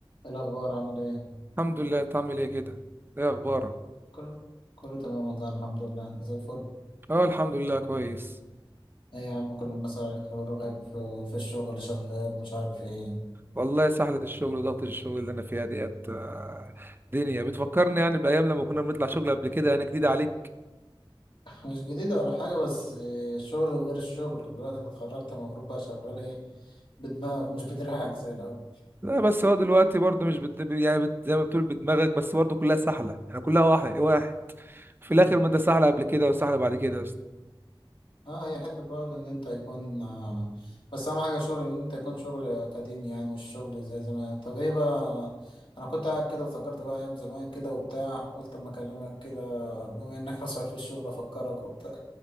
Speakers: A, on the left; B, on the right.
A: إيه الأخبار عامل إيه؟
B: الحمد لله انت عامل ايه كده ايه اخبارك
A: كله كله تمام والله الحمد لله أنت زي الفل
B: اه الحمد لله كويس
A: إيه يا عم كل الناس عليك يقولوا غايب في, في الشغل شغال مش عارف إيه
B: والله سحلة الشغل وضغط الشغل اللي انا فيها ديت آه، دنيا بتفكرني يعني بايام لما كنا بنطلع شغل قبل كده يعني جديدة عليك
A: مش جديدة ولا حاجة بس إيه، الشغل غير الشغل دلوقتي أنت اتخرجت المفروض بقى شغال إيه بدماغك مش بدراعك زي الأول
B: لا بس هو دلوقتي برضه مش بت... يعني بت... زي ما بتقول بدماغك بس برضه كلها سحلة يعني كلها واحد واحد في
A: مم.
B: الاخر ما انت سحلة قبل كده وسحلة بعد كده
A: اه هي حتة برضه إن أنت يكون آه بس أهم حاجة شغل إن أنت يكون شغل أكاديمي يعني مش شغل زي زمان طب إيه بقى أنا كنت قاعد كده افتكرت بقى أيام زمان كده وبتاع قلت أما أكلمك كده بما إنك <laughs> مسؤول في الشغل أفكرك وبتاع